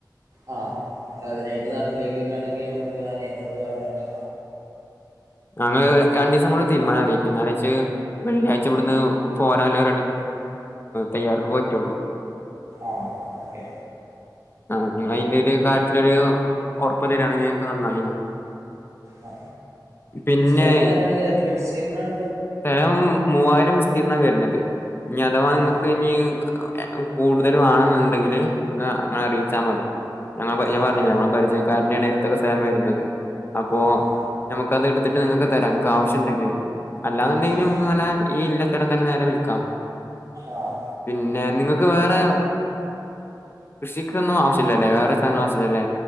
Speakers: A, on the right; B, on the left.
A: ആ അ അതിനായിട്ട് നാട്ടിലേക്ക് വരിയാണെങ്കിൽ നമ്മുക്ക് അനിയനോട് പറഞ്ഞട്ട്
B: ഞങ്ങള്ൾ രണ്ടു ദിവസം കൂടെ തീരുമാനം അറിയിക്കും നേര വെള്ളിയാഴ്ച ഇവിടുന്ന് പോരാലോ തയ്യാറ പോറ്റുള്ളൂ
A: ആഹ് ഓക്കെ
B: ആ നി അതിന്റെ ഒരു കാര്യത്തിരു ഉറപ്പ് തരിയാണെങ്കിൽ നമുക്ക് നന്നായിനു
A: ആ
B: പിന്നെ
A: സ്ഥലംന്ന് പറയുന്നത് എത്ര വിശീരണമാണ്
B: സ്ഥലം മൂവായിരം വിസ്തീർണ വരുന്നത് ഇനി അഥവാ നിങ്ങൾക്ക്
A: ആഹ്
B: ഇനി കൂടുതൽ വേണം എന്നുണ്ടെങ്കില് അങ്ങനെ അറിയിച്ചാൽ മതി ഞങ്ങ ഞൻ
A: ആഹ്
B: പറഞ്ഞില്ലേ നമ്മള് പരിചയക്കാരനെയാണ് ഇരത്തക്കെ സേമം വരുന്നത് അപ്പൊ
A: ആഹ്
B: നമുക്ക് അത് എടുത്തിട്ട് നിങ്ങൾക്ക് തരാം നിനക്ക് ആവശ്യം ഇണ്ടക്കെ അല്ലാന്നുണ്ടെങ്കിൽ
A: ആഹ്
B: നമുക്ക് അങ്ങനെ ഈ ഇല്ലത്തരം തന്നെ നേരെ വിൽക്കാം
A: ആഹ്
B: പിന്നെ നിങ്ങൾ ക്ക് വേറെ കൃഷിക്കൊന്നും ആവശ്യില്ലല്ലേ വേറെ സ്ഥല ആവശ്യില്ലല്ലേ